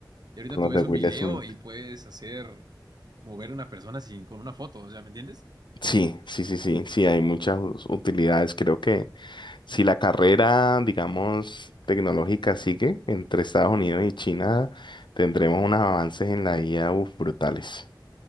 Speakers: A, on the right (about 60°); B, on the left (about 75°).
A: Y ahorita
B: con
A: tú
B: los
A: ves
B: de
A: un
B: Will
A: video
B: Smith.
A: y puedes hacer mover a una persona sin, con una foto, o sea, ¿me entiendes?
B: Sí, sí, sí, sí, sí, hay muchas us- utilidades. Creo que si la carrera, digamos, tecnológica sigue entre Estados Unidos y China, tendremos unos avances en la IA, uf, brutales.